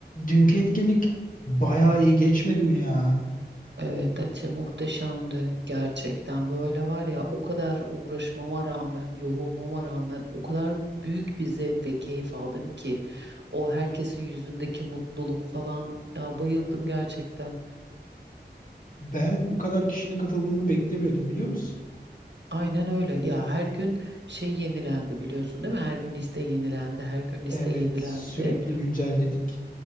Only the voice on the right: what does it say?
Evet, Ate muhteşemdi. Gerçekten böyle var ya o kadar uğraşmama rağmen, yorulmama rağmen o kadar büyük bir zevk ve keyif aldım ki o herkesin yüzündeki mutluluk falan ya bayıldım gerçekten.
Aynen öyle. Ya her gün şey yenilendi biliyorsun değil mi? Her gün liste yenilendi, her gün liste
yenilendi.